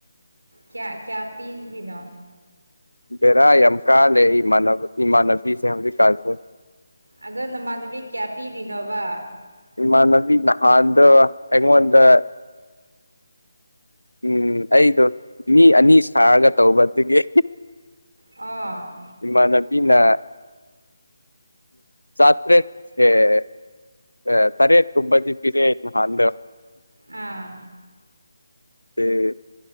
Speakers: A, on the right; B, on the left.
A: ꯀꯌꯥ ꯀꯌꯥ ꯄꯤꯔꯤꯅꯣ
B: ꯕꯔꯥ ꯌꯥꯝ ꯀꯥ ꯂꯩ ꯏꯃꯥꯟꯅꯕ ꯏꯃꯥꯟꯅꯕꯤꯁꯦ ꯍꯧꯖꯤꯛ ꯀꯥꯟꯁꯦ
A: ꯑꯗꯣ ꯅꯃꯥꯟꯅꯕꯤ ꯀꯌꯥ ꯄꯤꯔꯤꯅꯣꯕ
B: ꯏꯃꯥꯟꯅꯕꯤ ꯅꯍꯥꯟꯗꯣ ꯑꯩꯉꯣꯟꯗ ꯎꯝ ꯑꯩꯗꯣ ꯃꯤ ꯑꯅꯤ ꯁꯥꯔꯒ ꯇꯧꯕ ꯑꯗꯨꯒꯤ
A: ꯑꯣ
B: ꯏꯃꯥꯅꯕꯤꯅꯥ ꯆꯥ ꯇ꯭ꯔꯦꯠ ꯑꯦ ꯑ ꯇꯔꯦꯠ ꯀꯨꯝꯕꯗꯤ ꯄꯤꯔꯛꯑꯦ ꯅꯍꯥꯟꯗꯣ
A: ꯑꯥ
B: ꯑꯗꯨ